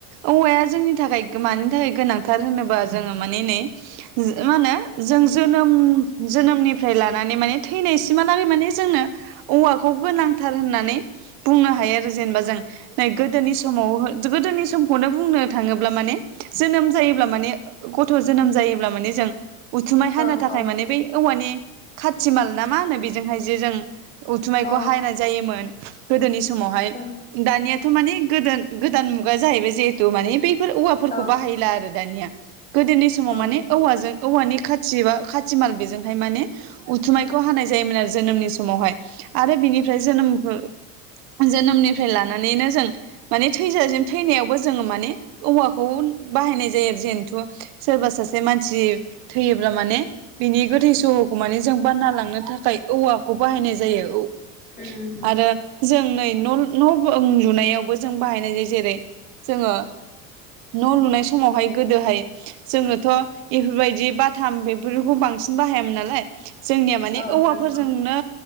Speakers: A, on the right; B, on the left.
A: औवाया जोंनि थाखाय मानि थाखाय गोनांथार होनोबा जोङो माने नै माहोनो जों जोनोम जोनोमनिफ्राय लानानै माने थैनायसिमहा लागै माने जोंनो औवाखौ गोनांथार होननानै बुंनो हायो आरो जेनबा जों नै गोदोनि समाव जो गोदोनि समखौनो बुंनो थाङोब्ला माने जोनोम जायोब्ला माने ग थ' जोनोम जायोब्ला माने जों उथुमाय हानो
B: औ
A: थाखाय
B: औ
A: माने बै औवानि खाथि माल ना मा होनो बेजोंहाय जे जों उथुमायखौ
B: औ
A: हायनाय जायोमोन गोदोनि समावहाय।
B: औ
A: दानियाथ' माने गोदोन-गोदान मुगा जाहैबाय जिहेथु माने बे फोर औवाफोरखौ
B: औ
A: बाहायला आरो दानिया गोदोनि समाव
B: औ
A: माने औवाजों औवानि खा जिबा खाथि माल बेजोंहाय माने उथुमायखौ हानाय जायोमोन आरो जोनोमनि समावहाय आरो बिनिफ्राय जोनोम हो जोनोमनि नानैनो जों थैजाजिम थैनायाव- बो जोङो माने औवाखौ बाहायनाय जायो आरो जेनथु सोरबा सासे मानसि थैयोब्ला माने बिनि गोथै सहखौ माने जों बानना लांनो थाखाय औवा- खौ बाहायनाय जायो औ-
B: उम उम
A: आरो जों नै न'- खौबो लुनायावबो जों बाहायनाय जायो जेरै जोङो न' लुनाय समावहाय गोदोहाय जोङोथ' इफोरबायदि बाथाम बेफोरखौ बांसिन बाहायामोन नालाय जोंनिया माने
B: औ
A: औवाफोरजोंनो
B: नोंथां